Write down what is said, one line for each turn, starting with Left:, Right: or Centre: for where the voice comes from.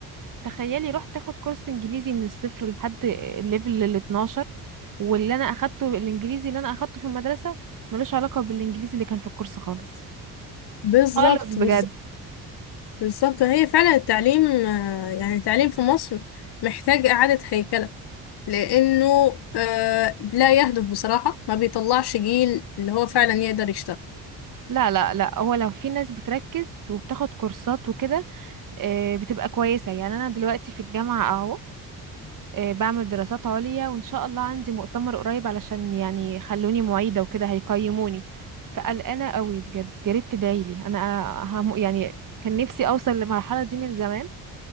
Right: تخيلي رحت اخد كورس انجليزي من الصفر لحد الليفل ال 12 واللي انا اخدته الانجليزي اللي انا اخدته في المدرسة ملوش علاقة بالانجليزي اللي كان في الكورس خالص
Left: بالظبط
Right: خالص بجد
Left: بالظبط بالظبط هي فعلا التعليم آه، يعني التعليم في مصر محتاج اعاده هيكله لانه آه، لا يهدف بصراحه ما بيطلعش جيل اللي هو فعلا يقدر يشتغل
Right: لا لا لا هو لو في ناس بتركز وبتاخد كورسات وكده آه، بتبقى كويسة يعني انا دلوقتي في الجامعة اهو آه، بعمل دراسات عليا وان شاء الله عندي مؤتمر قريب علشان يعني خلوني معيدة وكده هيقيموني فقلقانة قوي بجد يا ريت تدعيلي انا هم يعني كان نفسي اوصل للمرحلة دي من زمان